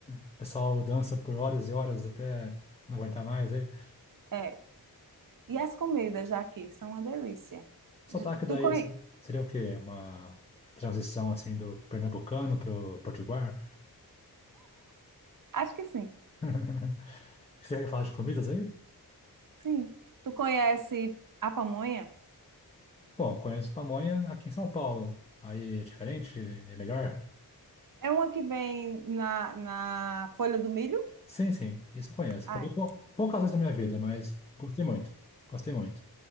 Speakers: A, on the left; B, on the right.
A: o pessoal dança por horas e horas até não aguentar mais aí.
B: É. E as comidas daqui são uma delícia.
A: Sotaque
B: J- Tu
A: daí
B: conhe...
A: seria o quê? Uma transição assim do pernambucano pro potiguar?
B: Acho que sim.
A: <laughs> Você ia falar de comidas aí?
B: Sim. Tu conhece a pamonha?
A: Bom, conheço pamonha aqui em São Paulo. Aí é diferente? É melhor?
B: É uma que vem na, na folha do milho?
A: Sim, sim, isso eu conheço.
B: Ai,
A: Comi pou- poucas vezes da minha vida, mas gostei muito. Gostei muito.